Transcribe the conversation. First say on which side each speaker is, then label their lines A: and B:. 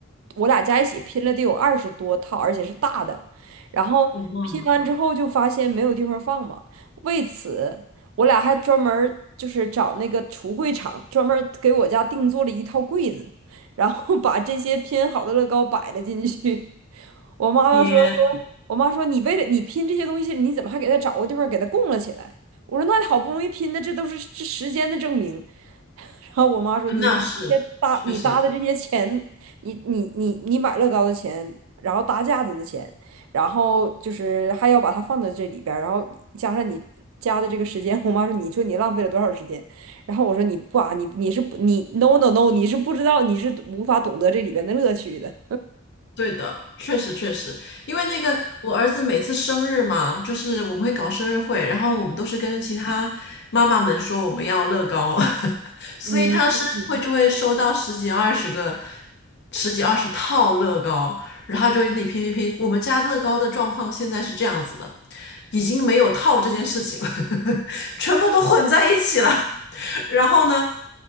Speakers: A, on the right; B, on the left.
A: 我俩加一起拼了得有二十多套，而且是大的。然后拼完之后就发现没有地方放嘛，
B: 哇，
A: 为此我俩还专门儿就是找那个橱柜厂专门儿给我家定做了一套柜子，然后 <laughs> 把这些拼好的乐高摆了进去。<laughs> 我妈妈说。
B: 天，
A: 我妈说：“你为了你拼这些东西，你怎么还给他找个地方给他供了起来？”我说：“那你好不容易拼的，这都是这时间的证明。<laughs>”然后我妈说：“你这搭你搭的这些钱，
B: 那是确实，
A: 你你你你买乐高的钱，然后搭架子的钱，然后就是还要把它放到这里边儿，然后加上你加的这个时间，我妈说你说你浪费了多少时间？然后我说你不啊，你你是不你 no no no，你是不知道，你是无法懂得这里边的乐趣的。
B: 对的，确实确实，因为那个我儿子每次生日嘛，就是我们会搞生日会，然后我们都是跟其他妈妈们说我们要乐高，<laughs> 所以他生日会就会收到十几二十个、
A: 嗯嗯嗯。
B: 十几二十套乐高，然后他就会那拼拼拼。我们家乐高的状况现在是这样子的，已经没有套这件事情了，<laughs> 全部都混在一起了。<laughs> 然后呢，